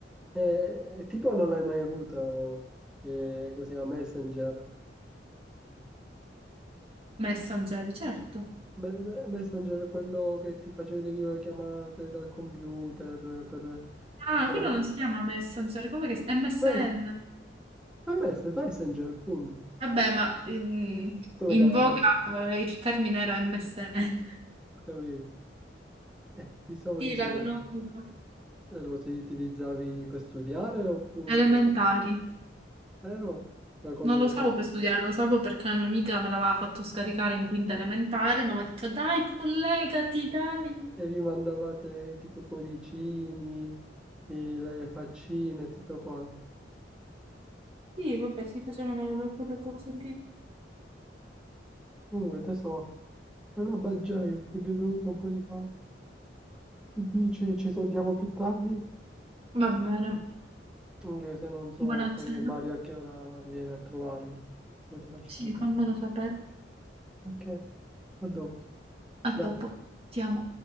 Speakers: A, in the centre; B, on the right.
A: E- e tipo non l'hai mai avuto, o, eh, così, a Messenger.
B: Messenger, certo.
A: Me- Messenger è quello che ti facevi le videochiamate dal computer per, tipo,
B: Ah, quello non si chiama Messenger, come che si... MSN.
A: mes- a mess- Messenger, punto.
B: Vabbè, ma ehm,
A: Tu
B: in
A: che avevi
B: voga
A: Messenger,
B: eh, il termine era MSN.
A: ho capito. Eh, ti stavo
B: Sì,
A: dicendo,
B: l'avevo avuto.
A: Eh, lo ti- utilizzavi per studiare oppure...
B: Elementari.
A: vero? Ma Con
B: Non
A: le
B: lo usavo
A: qua-
B: per studiare, lo usavo perché la mia amica me l'aveva fatto scaricare in quinta elementare, ma mi ha detto dai, collegati, dai.
A: E vi mandavate tipo cuoricini, i- le faccine e tutto quanto.
B: Sì, vabbè, si facevano le- quelle cose lì.
A: Comunque, tesoro, per la baggiare è bevuto un po' di fame. Che Dici, ci sentiamo più tardi?
B: Va bene,
A: Anche se non so
B: buona
A: poi
B: cena.
A: Mario a che ora viene a trovarmi. Poi ti faccio
B: Sì,
A: sapere.
B: fammelo sapere.
A: Ok, a dopo.
B: A
A: Ti
B: dopo,
A: amo.
B: ti amo.